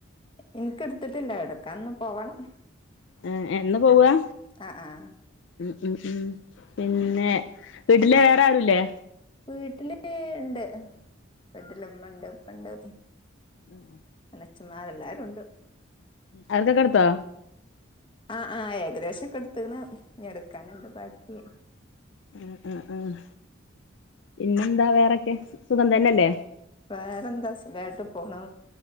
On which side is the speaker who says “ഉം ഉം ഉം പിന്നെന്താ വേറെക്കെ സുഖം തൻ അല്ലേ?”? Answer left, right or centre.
Left